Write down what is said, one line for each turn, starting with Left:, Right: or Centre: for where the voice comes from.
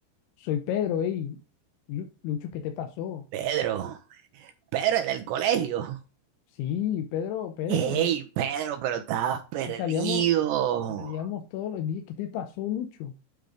Left: soy Pedro, ey. Lu- Lucho, ¿qué te pasó?
Right: Pedro. Pedro, el del colegio.
Left: Sí, Pedro, Pedro.
Right: Hey, Pedro, pero estabas perdido.
Left: Y Salíamos, salíamos todos los días. ¿Qué te pasó, Lucho?